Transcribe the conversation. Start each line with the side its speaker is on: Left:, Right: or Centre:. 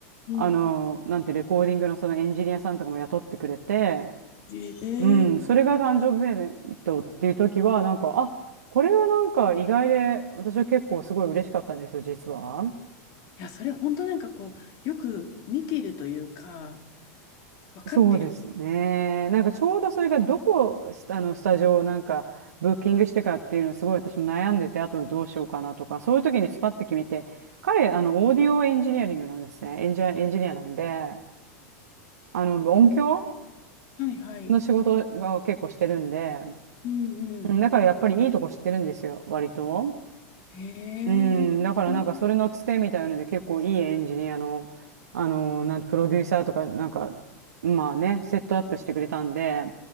Left: うん。
Right: あの、なんてレコーディングのそのエンジニアさんとかも雇ってくれて、
Left: ええ
Right: うん、それが誕生日プレゼントっていう時は、なんか、あ、これはなんか意外で、私は結構すごい嬉しかったんですよ、実は。
Left: いや、それ本当なんかこう、よく見ているというか、分かってる。
Right: そうですね。なんかちょうどそれがどこ、スタあの、スタジオをなんかブッキングしてかっていうのをすごい私も悩んでて、あとどうしようかなとか、そういう時にスパッて決めて、彼、あの、オーディオエンジニアリングなんですね。エンジニア、エンジニアなんで、あの、音響
Left: はいはい。
Right: の仕事が結構してるんで、
Left: うんうん。
Right: うん、だからやっぱりいいとこ知ってるんですよ、割と。
Left: ええうん
Right: うん、だからなんかそれのつてみたいので結構いいエンジニアの、あの、なんて、プロデューサーとか、なんか、まあね、セットアップしてくれたんで、